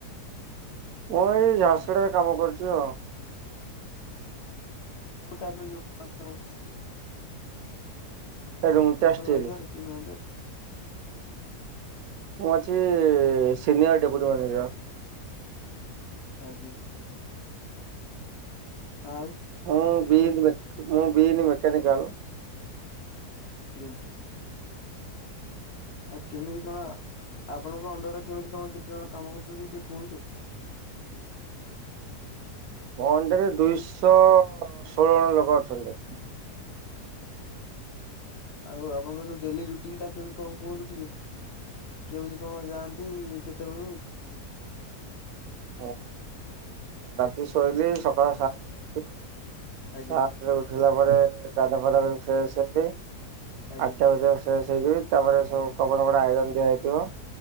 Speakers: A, on the right; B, on the left.
A: ମୁଁ ଏଇ ଝାରସୁଡ଼ାରେ କାମ କରୁଚୁ ଅ।
B: ଉ ଟାଇପ୍ ର ଜ <inaudible>
A: ରୁଙ୍ଗଟା
B: ସୁପରଭାଇଜର୍
A: ଷ୍ଟିଲ୍
B: କି ମେଁଜର୍?
A: ମୁଁ ଅଛି ସିନିୟର୍ ଡେପୁଟି ମ୍ୟାନେଜର୍।
B: ଆଜ୍ଞା। ଆଉ
A: ମୁଁ ବିିନମେ
B: କେମିତି
A: ମୁଁ ମେକାନିକାଲ୍।
B: ଜ୍ଞା। ଆଉ କେମିତି କଣ ଆପଣଙ୍କ ଅଣ୍ଡରରେ କେମିତି କଣ କେତେ ଜଣ କାମ କରୁଚନ୍ତି ଟିକେ କୁହନ୍ତୁ।
A: ମୋ ଅଣ୍ଡର୍ ରେ ଦୁଇଶ ଷୋଳ ଅଣ ଲୋକ ଅଛନ୍ତି।
B: ଆଉ ଆପଣଙ୍କ ଯୋଉ ଡେଲି ରୁଟିନ୍ ଟା କେମିତି କଁ କୁହନ୍ତୁ ଟିକେ। କେମିତି କଣ ଯାଆନ୍ତି କେତେବେଳୁ?
A: ମୁଁ ରାତି ଶୋଇଲି ସକାଳ ସାତରେ ଉଠିବି
B: ଆଜ୍ଞା
A: ସାତରେ ଉଠି ଲା ପରେ ଗାଧା ପାଧା କରି ଫ୍ରେଶ୍ ହେବି
B: ଆଜ୍ଞା
A: ଆଠଟାରେ ଫ୍ରେଶ୍ ଯେ କି ତାପରେ ସବୁ କପଡ଼ା ପଡ଼ା ଆଇରନ୍ ଦିଆ ହେଇଥିବ